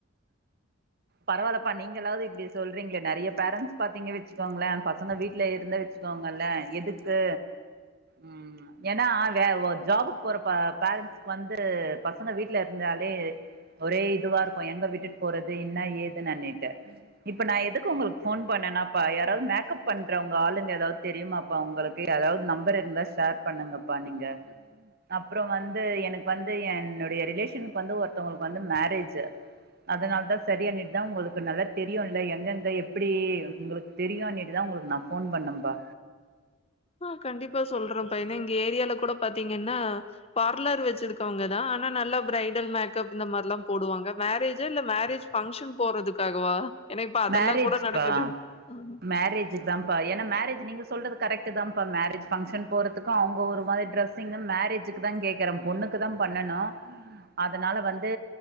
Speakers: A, on the right; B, on the left.
A: பரவாலப்பா நீங்களாவ்து இப்டி சொல்றிங்ளே நெறய பேரண்ட்ஸ் பாத்திங்க வச்சிக்வாங்ள பசங்க வீட்ல இருந்த வச்சுக்வாங்க ல்ல எதுக்கு ம் எனா வே உ ஜாபுக்கு போற பேரண்ட்ஸ்க் வந்து பசங்க வீட்ல இர்ந்தாலே ஒரே இதுவா இருக்கும் எங்க விட்டுட் போறது இன்னா ஏதுன்னின்னிட்டு இப்ப நா எதுக்கு உங்ளுக்கு ஃபோன் பண் என்னப்பா யாராவ்து மேக்கப் பண்றவங்க ஆளுங்க எதாவ்த் தெரியுமாப்பா உங்களுக்கு எதாவ்து நம்பர் இர்ந்தா ஷேர் பண்ணுங் ங்கப்பா நீங்க அப்றோ வந்து எனக் வந்து என் என்னுடைய ரிலேஷனுக்கு வந்து ஒருத்தவ்ங்ளுக்கு வந்து மேரேஜ் அதனால தா செரிண்ணிட் தா உங்ளுக்கு நல்லா தெரியும்ல எங்கெங்க எப்டி உங்களுக் தெரியும்னிட்டு தா உங்களுக்கு நா ஃபோன் பண்ணம்பா
B: ஆ கண்டிப்பா சொல்றோபா எனா எங் ஏரியால கூட பாத்திங்கன்னா பார்லர் வச்சிருக்கவங்கதா ஆனா நல்லா ப்ரரைடல் மேக்கப் இந்த மாற்ல்லா போடுவாங்க மேரேஜா இல்ல மேரேஜ் ஃபங்க்ஷன் போறதுக்காகவா ஏன்னா இப்ப அதெல்லா
A: மேரேஜ்ப்
B: கூட நடக்குது
A: பா
B: ம்
A: மேரேஜிதான்ப்பா ஏனா மேரேஜி நீங்க சொல்றது கரெக்ட்டு தா பா மேரேஜ் ஃபங்ஷன் போறதுக்கூ அவ்ங்க ஒரு மாத்ரி ட்ரேஸ்ஸிங்ன் மேரேஜுக்கு தா கேக்ற பொண்ணு க்கு தா பண்ணனு அதனால வந்து